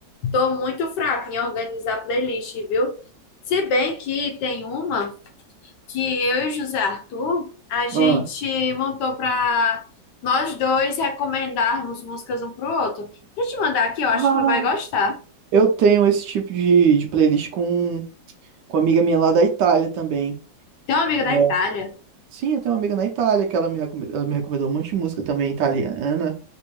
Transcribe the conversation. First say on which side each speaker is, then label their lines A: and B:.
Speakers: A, on the left; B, on the right.
A: tô muito fraca em organizar playlist, viu? Se bem que tem uma que eu e o José Arthur, a gente
B: Ah.
A: montou pra nós dois recomendarmos músicas um pro outro. Deixa eu te mandar aqui, eu acho
B: Ah,
A: que tu vai gostar.
B: eu tenho esse tipo de, de playlist com, com uma amiga minha lá da Itália também.
A: Tem uma amiga
B: É.
A: da Itália.
B: Sim, eu tenho uma amiga na Itália que ela me, recome- ela me recomendou um monte de música também italiana,